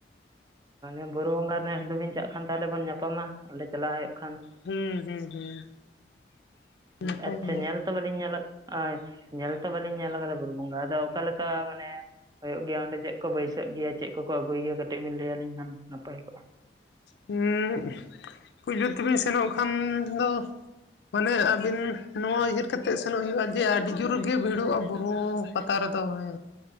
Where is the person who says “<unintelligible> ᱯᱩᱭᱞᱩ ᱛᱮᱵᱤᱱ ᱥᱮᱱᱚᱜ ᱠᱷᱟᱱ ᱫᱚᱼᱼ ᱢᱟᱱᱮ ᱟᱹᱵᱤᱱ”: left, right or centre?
Left